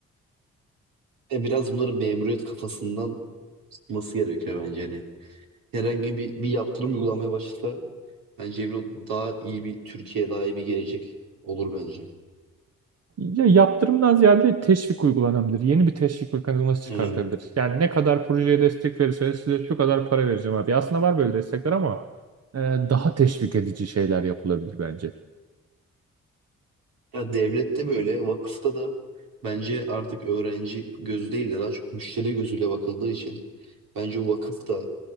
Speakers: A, on the right; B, on the right.
A: e, biraz bunların memuriyet kafasından çıkması gerekiyor bence. Hani herhangi bir, bir yaptırım uygulamaya başlasa bence emin ol daha iyi bir Türkiye daha iyi bir gelecek olur bence.
B: Ya yaptırımdan ziyade teşvik uygulanabilir. Yeni bir teşvik mekanizması çıkartabilir.
A: Yani
B: Yani ne kadar projeye destek verirseniz size şu kadar para vereceğim abi. Aslında var böyle destekler ama e, daha teşvik edici şeyler yapılabilir bence.
A: Ya devlette böyle, vakıfta da bence artık öğrenci gözü değil de daha çok müşteri gözüyle bakıldığı için bence vakıf da